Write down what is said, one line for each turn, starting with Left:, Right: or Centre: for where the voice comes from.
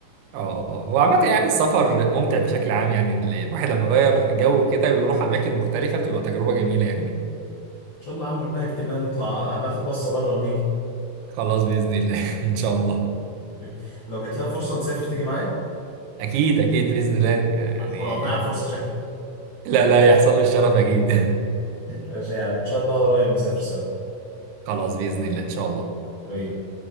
Right: اه اه آه. هو عامة يعني السفر ممتع بشكل عام يعني ال- الواحد لما يغير جو كده ويروح أماكن مختلفة بتبقى تجربة جميلة يعني
Left: شاء الله يا عم ربنا يكتب لنا نطلع آه هناخد بصة بره ونيجي
Right: خلاص بإذن الله <laughs> إن شاء الله
Left: إيه، لو جات لها فرصة نسافر تيجي معايا
Right: أكيد أكيد بإذن الله يعني
Left: ولا هتضيع فرصة شكلك
Right: لا لا يحصل له الشرف اكيد
Left: ماشي يا عم إن شاء الله قريب نسافر سوا
Right: <laughs> خلاص باذن الله ان شاء الله
Left: حبيبي